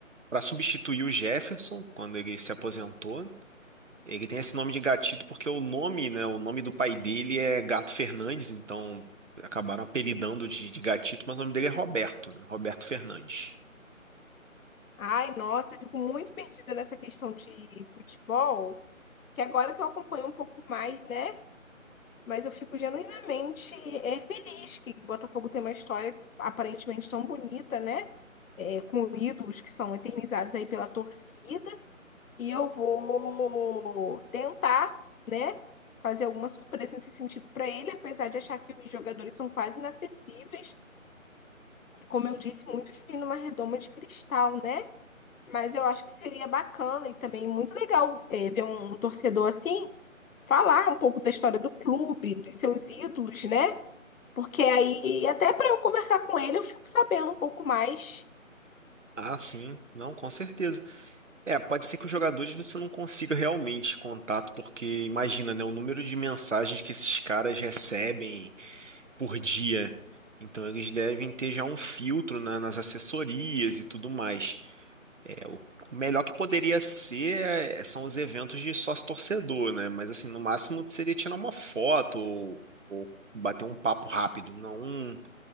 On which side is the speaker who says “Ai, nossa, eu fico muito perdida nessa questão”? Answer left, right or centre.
Left